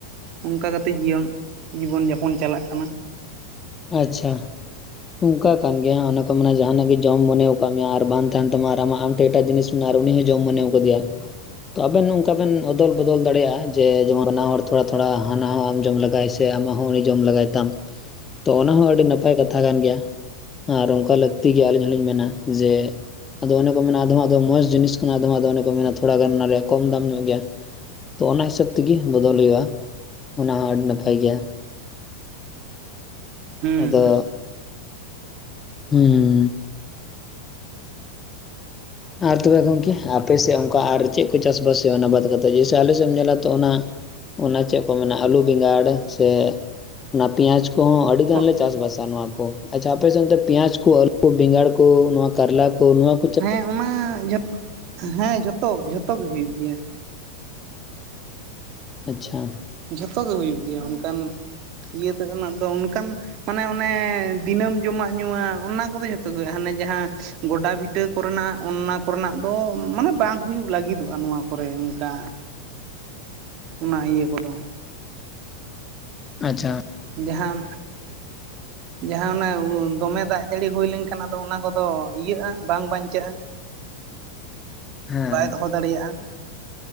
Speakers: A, on the right; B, on the left.
A: ᱚᱱᱠᱟ ᱠᱟᱛᱮ ᱡᱤᱭᱚᱱ ᱡᱤᱵᱚᱱ ᱡᱟᱯᱚᱱ ᱪᱟᱞᱟᱜ ᱠᱟᱱᱟ᱾
B: ᱟᱪᱪᱷᱟ ᱚᱱᱠᱟ ᱠᱟᱱ ᱜᱮᱭᱟ ᱚᱱᱮ ᱠᱚ ᱢᱮᱱᱟ ᱡᱟᱦᱟᱱᱟᱜ ᱜᱮ ᱡᱚᱢ ᱢᱚᱱᱮᱣ ᱟᱠᱟᱫ ᱢᱮᱭᱟ ᱟᱨ ᱵᱟᱝ ᱛᱟᱦᱮᱱ ᱛᱟᱢᱟ ᱟᱨ ᱟᱢᱟᱜ ᱛᱮᱜᱤ ᱴᱷᱮᱱ ᱮᱴᱟᱜ ᱡᱤᱱᱤᱥ ᱟᱨ ᱩᱱᱤ ᱦᱚᱸ ᱡᱚᱢ ᱢᱚᱱᱮᱣ ᱟᱠᱟ ᱫᱮᱭᱟ᱾ ᱛᱚ ᱟᱵᱮᱱ ᱚᱱᱠᱟ ᱵᱮᱱ ᱚᱫᱚᱞ ᱵᱚᱫᱚᱞ ᱫᱟᱲᱮᱭᱟᱜᱼᱟ ᱡᱮ ᱡᱮᱢᱚᱱ ᱱᱟᱣᱟ ᱛᱷᱚᱲᱟ ᱛᱷᱚᱲᱟ ᱦᱟᱱᱟᱢ ᱡᱚᱢ ᱞᱮᱜᱟᱭ ᱥᱮ ᱥᱮ ᱟᱢᱟᱜ ᱦᱚᱸ ᱩᱱᱤ ᱡᱚᱢ ᱞᱮᱜᱟᱭ ᱛᱟᱢ᱾ ᱛᱚ ᱚᱱᱟ ᱦᱚᱸ ᱟᱹᱰᱤ ᱱᱟᱯᱟᱭ ᱠᱟᱛᱷᱟ ᱠᱟᱱ ᱜᱮᱭᱟ ᱟᱨ ᱚᱱᱠᱟ ᱞᱟᱹᱠᱛᱤ ᱜᱮ ᱟᱹᱞᱤᱧ ᱦᱚᱸᱞᱤᱧ ᱢᱮᱱᱟ ᱡᱮ ᱟᱫᱚ ᱚᱱᱮ ᱠᱚ ᱢᱮᱱᱟ ᱟᱫᱚᱢ ᱟᱜ ᱫᱚ ᱢᱚᱡᱽ ᱡᱤᱱᱤᱥ ᱠᱟᱱᱟ ᱟᱫᱚᱢ ᱟᱜ ᱫᱚ ᱚᱱᱮ ᱠᱚ ᱢᱮᱱᱟ ᱛᱷᱚᱲᱟ ᱜᱟᱱ ᱚᱱᱟ ᱨᱮᱭᱟᱜ ᱠᱚᱢ ᱫᱟᱢ ᱧᱚᱜ ᱜᱮᱭᱟ᱾ ᱛᱚ ᱚᱱᱟ ᱦᱤᱥᱟᱹᱵᱽ ᱛᱤᱜᱤ ᱵᱚᱫᱚᱞ ᱦᱩᱭᱩᱜᱼᱟ ᱚᱱᱟ ᱦᱚᱸ ᱟᱹᱰᱤ ᱱᱟᱯᱟᱭ ᱜᱮᱭᱟ᱾
A: ᱦᱩᱸ
B: ᱟᱫᱚ
A: ᱦᱩᱸ
B: ᱦᱩᱸ ᱟᱨ ᱛᱚᱵᱮ ᱜᱚᱢᱠᱮ ᱟᱯᱮ ᱥᱮᱫ ᱚᱱᱠᱟ ᱟᱨ ᱪᱮᱫ ᱠᱚ ᱪᱟᱥ ᱵᱟᱥ ᱦᱩᱭᱩᱜᱼᱟ ᱚᱱᱟ ᱵᱟᱫ ᱠᱟᱛᱮᱫ ᱡᱮᱭᱥᱨ ᱟᱞᱮ ᱥᱮᱫ ᱮᱢ ᱧᱮᱞᱟ ᱛᱚ ᱚᱱᱟ ᱚᱱᱟ ᱪᱮᱫ ᱠᱚ ᱢᱮᱱᱟ ᱟᱞᱩ ᱵᱮᱸᱜᱟᱲ ᱥᱮ ᱚᱱᱟ ᱯᱮᱸᱭᱟᱡᱽ ᱠᱚᱦᱚᱸ ᱟᱹᱰᱤ ᱜᱟᱱᱞᱮ
A: ᱦᱮᱸ
B: ᱪᱟᱥ ᱵᱟᱥᱟ ᱱᱚᱣᱟ ᱠᱚ᱾ ᱟᱪᱪᱷᱟ ᱟᱯᱮᱥᱮᱱ ᱛᱚ ᱯᱮᱸᱭᱟᱪ ᱠᱚ ᱟᱹᱞᱩ ᱠᱚ, ᱵᱮᱸᱜᱟᱲ ᱠᱚ, ᱱᱚᱣᱟ ᱠᱟᱨᱞᱟ ᱠᱚ, ᱱᱚᱣᱟ ᱠᱚ, -
A: ᱦᱮᱸ ᱚᱱᱟ ᱡᱷᱚᱛ ᱦᱮᱸ ᱡᱷᱚᱛᱚ ᱡᱷᱚᱛᱚ ᱜᱮ ᱦᱩᱭᱩᱜ ᱜᱮᱭᱟ᱾
B: ᱟᱪᱪᱷᱟ
A: ᱡᱷᱚᱛᱚ ᱜᱮ ᱦᱩᱭᱩᱜ ᱜᱮᱭᱟ ᱚᱱᱠᱟᱱ ᱤᱭᱟᱹ ᱛᱮᱱᱟᱜ ᱫᱚ ᱚᱱᱠᱟᱱ ᱢᱟᱱᱮ ᱚᱱᱮ ᱫᱤᱱᱟᱹᱢ ᱡᱚᱢᱟᱜ ᱧᱩᱣᱟᱜ ᱚᱱᱟ ᱠᱚᱫᱚ ᱡᱷᱚᱛᱚ ᱜᱮ ᱦᱟᱱᱮ ᱡᱟᱦᱟᱸ ᱜᱚᱰᱟ ᱵᱷᱤᱴᱟᱹ ᱠᱚᱨᱮᱱᱟᱜ ᱚᱱᱱᱟ ᱠᱚᱨᱮᱱᱟᱜ ᱫᱚ ᱢᱟᱱᱮ ᱵᱟᱝ ᱦᱩᱭᱩᱜ ᱞᱟᱹᱜᱤᱫᱚᱜᱼᱟ ᱱᱚᱣᱟ ᱠᱚᱨᱮ ᱚᱱᱠᱟ ᱚᱱᱟ ᱤᱭᱟᱹ ᱠᱚᱫᱚ᱾
B: ᱟᱪᱪᱷᱟ
A: ᱡᱟᱦᱟᱱ ᱡᱟᱦᱟᱸ ᱚᱱᱟ ᱫᱚᱢᱮ ᱫᱟᱜ ᱡᱟᱹᱲᱤ ᱦᱩᱭ ᱞᱮᱱᱠᱷᱟᱱ ᱟᱫᱚ ᱚᱱᱟ ᱠᱚᱫᱚ ᱤᱭᱟᱹᱜᱼᱟ ᱵᱟᱝ ᱵᱟᱧᱪᱟᱜᱼᱟ᱾
B: ᱦᱮᱸ
A: ᱵᱟᱭ ᱫᱚᱦᱚ ᱫᱟᱲᱮᱭᱟᱜᱼᱟ᱾